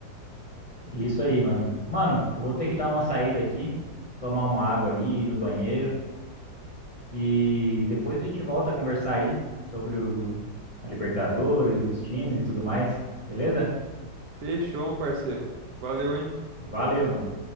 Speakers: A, on the left; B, on the right.
A: Isso aí, mano. Mano, eu vou ter que dar uma saída aqui, tomar uma água ali, ir no banheiro e depois a gente volta a conversar aí sobre o, a Libertadores, os times e tudo mais, beleza?
B: Fechou, meu parceiro. Valeu, hein?
A: Valeu, mano.